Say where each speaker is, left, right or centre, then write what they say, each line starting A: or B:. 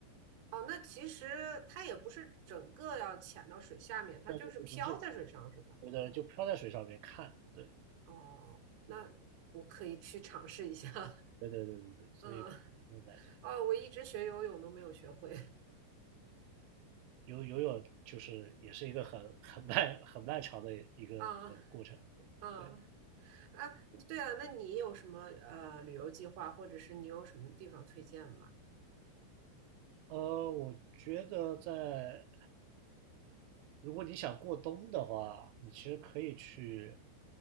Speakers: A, on the right (about 70°); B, on the right (about 85°).
A: 哦，那其实它也不是整个要潜到水下面，它就是漂在水上，
B: 就不是
A: 是吧？
B: 觉得就漂在水上面看，对，
A: 哦，那我可以去尝试一下。<laughs>
B: 对对对对对，所以不用担心。
A: 嗯，哦，我一直学游泳都没有学会。
B: 游游泳就是也是一个很很漫很漫长的一个过程。
A: 啊啊
B: 对，
A: 啊！对啊，那你有什么呃旅游计划，或者是你有什么地方推荐吗？
B: 呃，我觉得在如果你想过冬的话，你其实可以去，